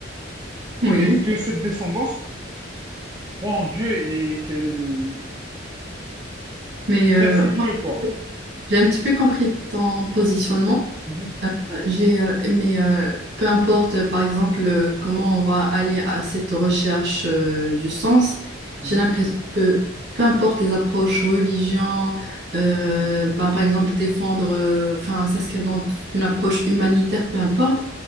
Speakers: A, on the right; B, on the right.
A: Oui.
B: Est-ce que cette descendance croit en Dieu et qu'elle
A: Mais
B: remercie
A: euh,
B: Dieu,
A: moi,
B: quoi?
A: j'ai un petit peu compris ton positionnement.
B: Mhm,
A: J'ai, euh, mais euh, peu importe, euh, par exemple, euh, comment on va aller à cette recherche euh, du sens, j'ai
B: mhm,
A: l'impression que peu importe les approches religion, euh, ben, par exemple défendre, euh, enfin s'inscrire dans une approche humanitaire, peu importe,